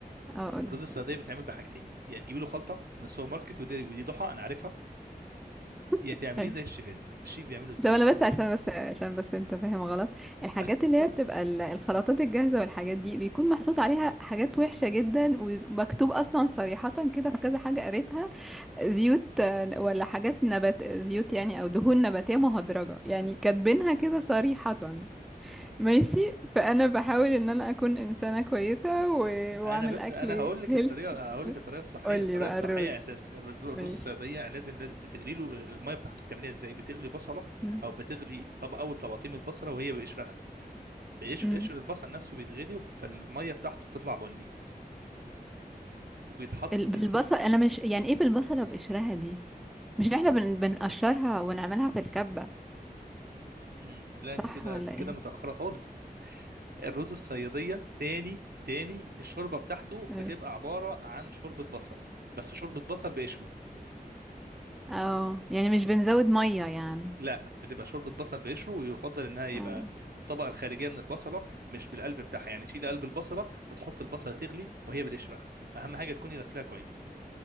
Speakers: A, in the centre; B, on the right.
A: اه قولي
B: الرز الصياديه بيتعمل بحاجتين يا تجيبي له خلطه من السوبر ماركت ودي ودي ضحى انا عارفها يا
A: <laughs>
B: تعمليه زي الشيفات الشيف بيعمله ازاي
A: ده انا بس عشان بس عشان بس انت فاهم غلط الحاجات
B: <laughs>
A: اللي هي بتبقى ال- الخلطات الجاهزة والحاجات دي بيكون محطوط عليها حاجات وحشة جدا ومكتوب اصلا صريحة كده في كذا حاجة قريتها زيوت آه، ولا حاجات نبات زيوت يعني او دهون نباتية مهدرجة يعني كاتبينها كده صريحة ماشي فانا بحاول ان انا اكون انسانة كويسة و... واعمل
B: انا بس
A: اكل
B: انا هقول لك
A: هيلثي
B: الطريقه هقول لك الطريقه الصحيه
A: قولي
B: الطريقه
A: بقى
B: الصحيه
A: الرز
B: اساسا الرز الرز
A: ماشي
B: الصياديه لازم لازم بتغلي له الميه بتاعته بتعملها ازاي بتغلي بصله
A: مم.
B: او بتغلي طب اول طبقتين من البصله وهي بقشرها بقشر
A: امم
B: قشر البصل نفسه بيتغلي فالميه بتاعته بتطلع بني وبيتحط
A: البصل
B: ب...
A: انا مش يعني ايه بالبصله بقشرها دي مش احنا بن... بنقشرها ونعملها في الكبة
B: مم، لا
A: صح
B: انت كده
A: ولا
B: انت كده
A: ايه
B: متاخره خالص الرز الصياديه تاني تاني الشوربه بتاعته
A: ايه
B: بتبقى عباره عن شوربه بصل بس شوربه بصل بقشره
A: اه يعني مش بنزود مية يعني
B: لا بتبقى شوربه بصل بقشره ويفضل انها يبقى
A: اه
B: الطبقه الخارجيه من البصله مش بالقلب بتاعها يعني شيل قلب البصله وتحط البصله تغلي وهي بالقشرها اهم حاجه تكوني غسلاها كويس